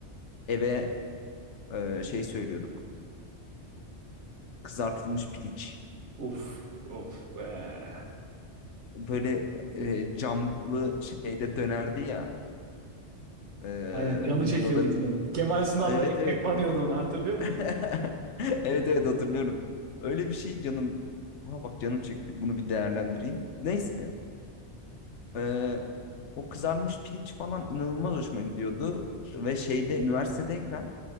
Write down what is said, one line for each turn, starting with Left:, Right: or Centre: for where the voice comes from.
Left: Eve e, şey söylüyorduk. Kızartılmış piliç.
Right: Of of be.
Left: Böyle e, camlı şeyde dönerdi ya. Ee,
Right: Aynen canı
Left: Muğla'da.
Right: çekiyordu insanın. Kemal Sunal
Left: Evet
Right: da ekmek
Left: evet.
Right: banıyordu
Left: gö-
Right: ona hatırlıyor musun?
Left: <laughs> Evet evet hatırlıyorum. Öyle bir şey canım. Aha bak canım çekti. Bunu bir değerlendireyim. Neyse. ee, o kızarmış piliç falan inanılmaz hoşuma gidiyordu. Ve şeyde üniversitedeyken